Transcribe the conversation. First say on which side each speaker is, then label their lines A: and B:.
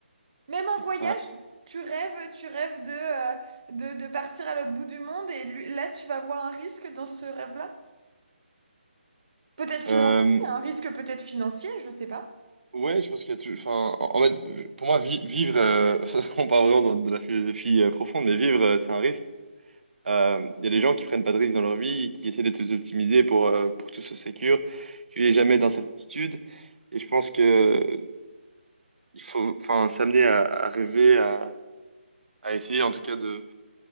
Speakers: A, on the right; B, on the right.
A: Même un
B: C'est
A: voyage?
B: pas.
A: Tu rêves, tu rêves de, euh, de, de partir à l'autre bout du monde et lui- là, tu vas voir un risque dans ce rêve-là? Peut-être financier,
B: euh,
A: un risque peut-être financier, je sais pas.
B: Ouais, je pense qu'il y a tout. Enfin, en en fait, pour moi, vi- vivre, euh, <laughs> on parle vraiment de, de la philosophie euh, profonde, mais vivre, euh, c'est un risque. Euh, Il y a des gens qui prennent pas de risques dans leur vie, qui essaient de tout optimiser pour, euh, pour que tout soit sécure, qu'il n'y ait jamais d'incertitude. Et je pense que euh, il faut, enfin, s'amener à, à rêver, à, à essayer en tout cas de,